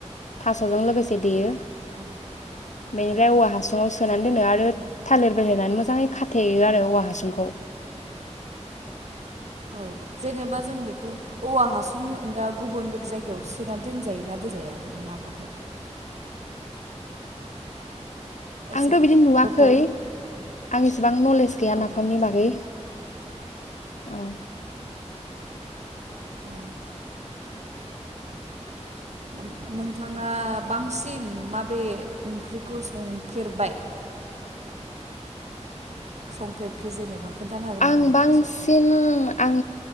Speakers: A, on the left; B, on the right.
A: थास'जों लोगोसे देयो।
B: औ
A: बेनिफ्राय
B: औ
A: औवा हासुङाव सोनानै दोनो आरो
B: औ
A: थालिर बेहेरनानै मो मोजाङै खाथेयो आरो औवा हासुंखौ।
B: औ जेनेबा जों बेखौ औवा हासुंनि अनगा गुबुन बेलेग जायगायाव सोना दोनजायो ना दोनजाया बे नाफामखौ? एसे
A: आंथ' बिदि नुवाखै
B: बथलफोर
A: आं इसिबां नलेज गैया
B: औ
A: नाफामनि बागै। औ।
B: अह। ओम नोंथाङा बांसिन माबे ओंख्रिखौ संफेरबाय संफेरखो जेनेबा खोन्थानो हागोन
A: आं
B: नामा नोंथांसो
A: बांसिन आं